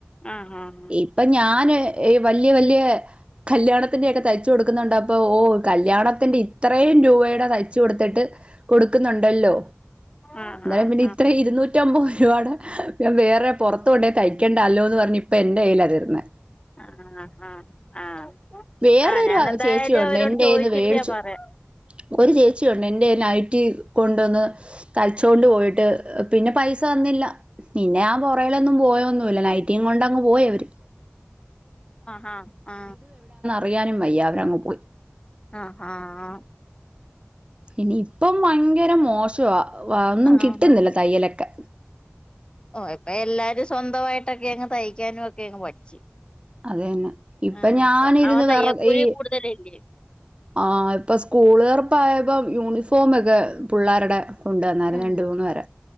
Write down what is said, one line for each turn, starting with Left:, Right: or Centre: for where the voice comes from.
Left: ആഹ് ആഹ് ആഹ്
Right: ഇപ്പൊ ഞാന് ഈ വല്യ വല്യ കല്യാണത്തിന്റോക്കെ തയ് ച്ച് കൊടുക്കുന്നുണ്ടപ്പോ ഓ കല്യാണത്തിന്റെ ഇത്രേം രൂപേടെ തയ്ച്ച് കൊട്ത്ത്ട്ട് കൊട്ക്ക്‌ന്നു ണ്ടല്ലോ
Left: ആഹ് ആഹ്
Right: ന്നാലും
Left: ആഹ് ആഹ്
Right: പിന്നെ
Left: ആഹ്
Right: ഇത്രേം ഇരുന്നൂറ്റമ്പത് രുപാടെ വേറെ പൊർത്ത് കൊണ്ടോ തയ്ക്കണ്ടാല്ലോന്ന് പർഞ് പ്പൊ എന്റെ കയ്യ്ലാ തെര്ന്നെ
Left: ആ ആ ആ
Right: വേറൊരു
Left: ആ ഞാനെന്തായാലും
Right: ചേച്ചിയുണ്ട്
Left: അവരോട്
Right: എന്റെന്ന്
Left: ചോയ്ച്ച്ട്ട്
Right: വേടിച്ചു
Left: ഞാൻ പറയാ
Right: ഒരു ചേച്ചിയുണ്ട് എന്റെറ ലൈറ്റി കൊണ്ടുന്ന് കൽച്ചൊണ്ട് പോയിട്ട്. പിന്നെ പൈസ തന്നില്ല. പിന്നെ ഞാൻ പുറകയിലൊന്നും പോയൊന്നുല്ല. നൈറ്റിം കൊണ്ടങ്ങ് പോയവര്.
Left: ആഹ ആ
Right: പറയാനും വയ്യ. അവരങ്ങ്പോ
Left: ആ ആ ആ
Right: ഇനി ഇപ്പം വയങ്കര മോശവാ. വ ഒന്നും
Left: ആഹ്
Right: കിട്ടുന്നില്ല തയ്യലൊക്കെ.
Left: ഓ ഇപ്പ എല്ലാരും സ്വന്തമായിട്ടൊക്കെങ്ങ് തയ്ക്കാനും ഒക്കെങ്ങ് പഠിച്ച്.
Right: അത് തന്നെ ഇപ്പൊ
Left: ആ
Right: ഞാനിരുന്ന്
Left: പർഞ്ഞപോലെ തയ്യക്കൂലിം
Right: വേറെ ഈ
Left: കൂടുതലല്ലേ?
Right: ആ ഇപ്പോ സ്കൂൾതോർപ്പായപ്പം യൂണിഫോമൊക്കെ പുള്ളാരുടെ കൊണ്ടന്നായിരുന്നു
Left: ഉം
Right: രണ്ട് മൂന്ന്പേര്.